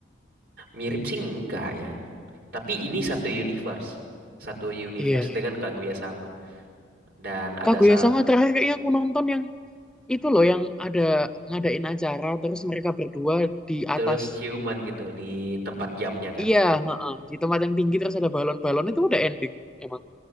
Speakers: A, on the right; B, in the centre.
A: Mirip sih enggak ya. Tapi ini satu universe. Satu universe
B: iya iya.
A: dengan Kaguya sama. Dan ada
B: Kaguya
A: sa-
B: sama terakhir kayaknya aku nonton yang itu loh yang ada ngadain acara terus mereka berdua di
A: terus
B: atas
A: ciuman gitu di tempat jamnya kan.
B: iya heeh, di tempat yang tinggi terus ada balon-balon itu udah ending emang